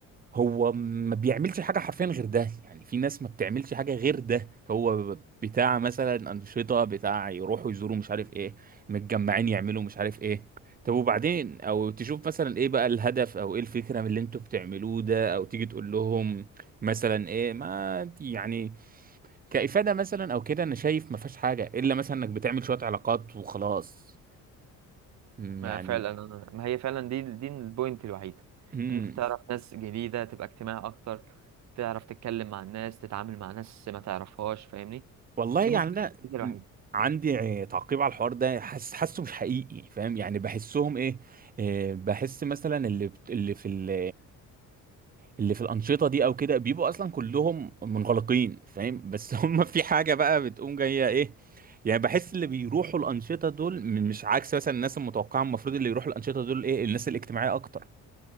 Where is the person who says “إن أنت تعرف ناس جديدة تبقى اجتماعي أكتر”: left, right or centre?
Right